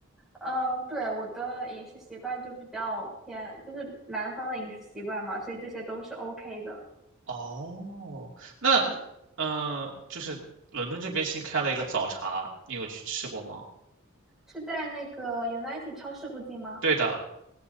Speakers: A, in the centre; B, on the right (about 65°).
A: 嗯，对，我的饮食习惯就比较偏，就是南方的饮食习惯嘛，所以这些都是 OK 的。
B: 哦，那
A: 嗯，
B: 嗯、呃就是伦敦这边新开了一个早茶，你有去吃过吗？
A: 是在那个 United 超市附近吗？
B: 对的，